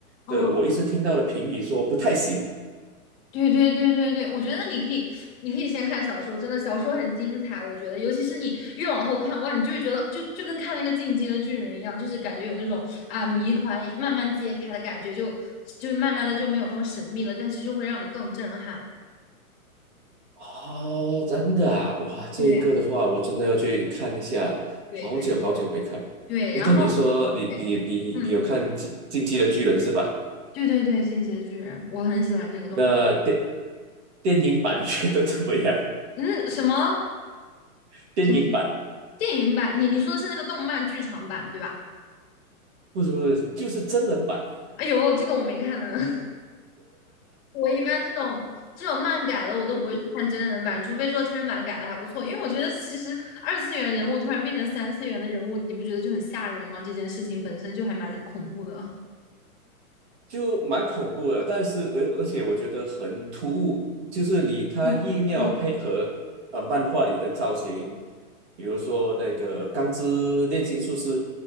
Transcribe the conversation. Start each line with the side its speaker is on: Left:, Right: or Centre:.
Left: 嗯，
Right: 的，我一直听到了评语说不太行。
Left: 对对对对对，我觉得你可以，你可以先看小说，真的小说很精彩，我觉得，尤其是你越往后看，哇，你就会觉得就就跟看那个《进击的巨人》一样，就是感觉有那种啊谜团慢慢揭开的感觉，就就慢慢的就没有那么神秘了，但是就会让你更震撼。
Right: 哦，真的啊，哇，这个的话，
Left: 对
Right: 我真的要去看一下，
Left: 对对
Right: 好久好久没看。
Left: 对，
Right: 诶，
Left: 然后
Right: 但你说你你你你有看《进进击的巨人》是吧？
Left: 对。嗯。对对对，《进击的巨人》，我很喜欢这个动漫。
Right: 那电电影版觉得怎么样？
Left: 嗯，什么
Right: <laughs> 电影版
Left: 什么电影版？你你说的是那个动漫剧场版对吧？
Right: 不是不是，就是真人版。
Left: 哎呦，这个我没看呢。<laughs> 我一般这种这种漫改的，我都不会去看真人版，除非说真人版改的还不错。因为我觉得其实二次元人物突然变成三次元的人物，你不觉得就很吓人吗？这件事情本身就还蛮恐怖的。
Right: 就蛮恐怖的，但是而而且我觉得很突兀，就是你他硬要配合呃漫画里的造型，
Left: <laughs> 是的。
Right: 比如说那个《钢之炼金术师》，